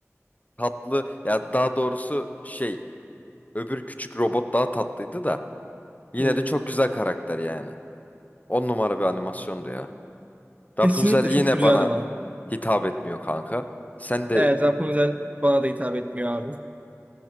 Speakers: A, on the left; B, on the right.
A: tatlı ya daha doğrusu şey Öbür küçük robot daha tatlıydı da. Yine
B: Hmm,
A: de çok güzel karakter yani. On numara bir animasyondu ya. Rapunzel
B: Kesinlikle
A: yine
B: çok güzeldi
A: bana
B: lan.
A: hitap etmiyor kanka. Sen de
B: Evet Rapunzel bana da hitap etmiyor abi.